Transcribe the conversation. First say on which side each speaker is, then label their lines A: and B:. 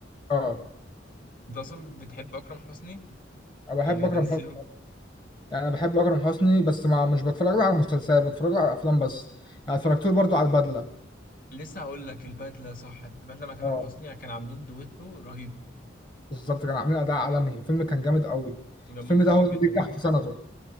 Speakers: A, on the left; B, on the left.
A: اه
B: انت اصلا بتحب اكرم حسني
A: انا بحب
B: يعني
A: اكرم
B: تمثيله
A: حسني يعني بحب اكرم حسني بس ما مش بتفرج له على مسلسلات بتفرج له على افلام بس يعني اتفرجت له برضو على البدله
B: لسه هقول لك البدله صح البدله مع تامر
A: اه
B: حسني كان عاملين دويتو رهيب
A: بالظبط كانوا عاملين اداء عالمي الفيلم كان جامد قوي
B: ودمهم
A: الفيلم
B: خفيف
A: ده هو اللي
B: جدا
A: نجح في سنته